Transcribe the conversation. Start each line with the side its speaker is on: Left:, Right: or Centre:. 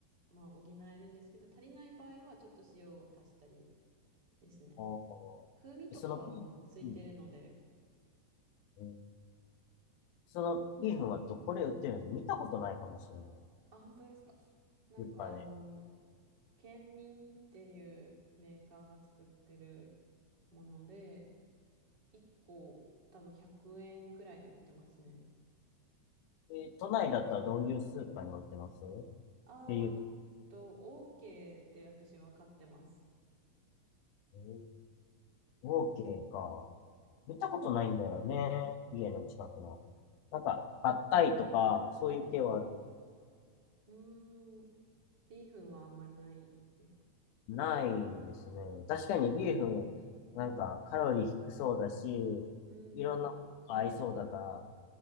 Right: まあ、補えるんですけど、足りない場合はちょっと塩を足したりですね。
Left: おーえそのビーフン、
Right: 風味とかはもうついてるので、
Left: うんそのビーフンはどこで売ってるんですか見たことないかもしれない。
Right: あ、本当ですか。なんかあの、
Left: スーパーで。
Right: 県民っていうメーカーが作ってるもので、1個多分100円くえんくらいで売ってますね。
Left: え都内だったらどういうスーパーに置いてますっ
Right: ああ、
Left: ていう。
Right: えっと、OK で私は買ってます。
Left: えー、オーケーか。見たことないんだよね。家の近くの。なんか、パッタイとか、そういう系はある。
Right: はい。うーん。ビーフンはあんまりないですか
Left: ないですね。確かにビーフン、なんかカロリー低そうだし、
Right: うん。
Left: いろんなこと合いそうだから、